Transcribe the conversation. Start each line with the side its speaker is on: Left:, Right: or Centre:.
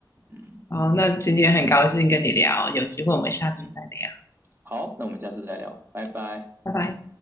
Right: 嗯
Left: 好，那今天很高兴跟你聊，有机会我们下次再聊，
Right: 嗯，好，那我们下次再聊，拜拜。
Left: 拜拜。